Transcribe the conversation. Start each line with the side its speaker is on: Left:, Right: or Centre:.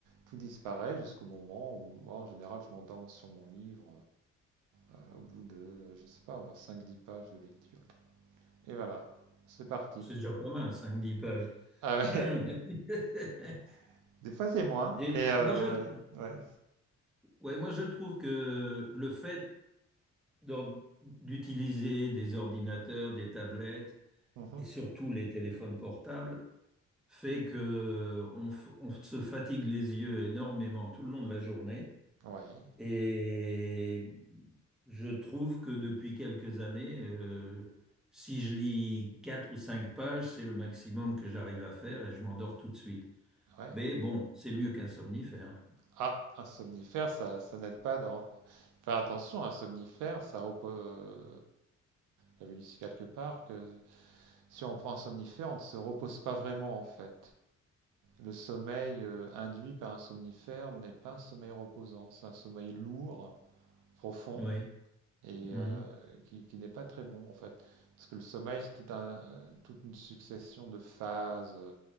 Right: Tout disparaît jusqu'au moment où moi en général je m'endorme sur mon livre euh, au bout de, je sais pas, cinq dix pages de lecture. Et voilà, c'est parti.
Centre: C'est déjà pas mal, cinq dix pages. <clears throat>
Right: Ah ouais,
Centre: <laughs>
Right: <laughs> des fois c'est moins,
Centre: Des-
Right: mais euh,
Centre: moi, je,
Right: ouais.
Centre: ouais, moi, je trouve que le fait d'or- d'utiliser des ordinateurs, des tablettes
Right: Mmh.
Centre: et surtout les téléphones portables fait que on, f- on se fatigue les yeux énormément tout le long de la journée.
Right: Ouais,
Centre: Et je trouve que depuis quelques années, euh, si je lis quatre ou cinq pages, c'est le maximum que j'arrive à faire et je m'endors tout de suite.
Right: ouais.
Centre: Mais bon, c'est mieux qu'un somnifère.
Right: Ah, un somnifère, ça, ça n'aide pas dans. Faire attention, un somnifère, ça repose. j'avais lu quelque part que si on prend un somnifère, on ne se repose pas vraiment en fait. Le sommeil euh, induit par un somnifère n'est pas un sommeil reposant, c'est un sommeil lourd, profond
Centre: Oui.
Right: et
Centre: Mhm.
Right: euh, qui, qui n'est pas très bon en fait. Parce que le sommeil, c'est tout un, toute une succession de phases.